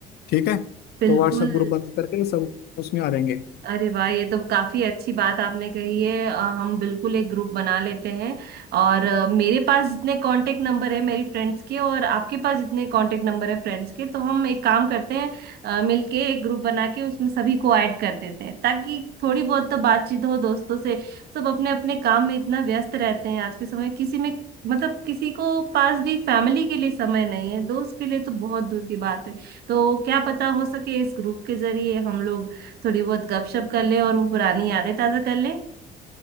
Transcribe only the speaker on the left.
ठीक है
तो व्हाट्सएप ग्रुप बना करके सब उसमें आ जाएंगे